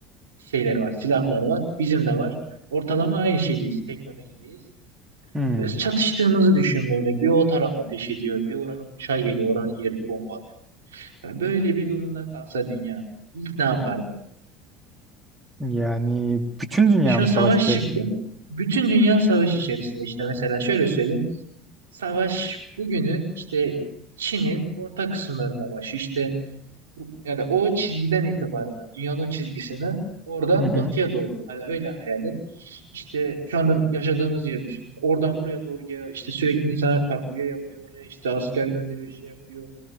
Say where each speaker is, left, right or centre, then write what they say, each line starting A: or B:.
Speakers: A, on the right; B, on the right.
A: şeyleri var, silahları var. Bizim de var. Ortalama aynı şeydeyiz, teknolojideyiz.
B: Hmm.
A: Böyle çatıştığımızı düşün böyle. Bir o taraf ateş ediyor. Bir oranın uçağı geliyor. Oranın yerini bombalıyor. Yani böyle bir durumda kalsa dünya ilk ne yapardın?
B: Yani bütün dünya
A: E şu
B: mı
A: an savaş
B: savaş içerisinde?
A: çıktı. Bütün dünya savaş içerisinde işte mesela şöyle söyleyeyim. Savaş bugünün işte Çin'in orta kısımlarında başı işte Bu- Yani o çizgiden itibaren hani dünyanın o çizgisine oradan
B: Hı hı.
A: batıya doğru. Hani öyle hayal et. İşte şu anda yaşadığımız yeri düşün. Oradan buraya doğru geliyor. İşte sürekli insanlar takviye yapıyor. Oraya işte asker gönderiyor, şey yapıyor.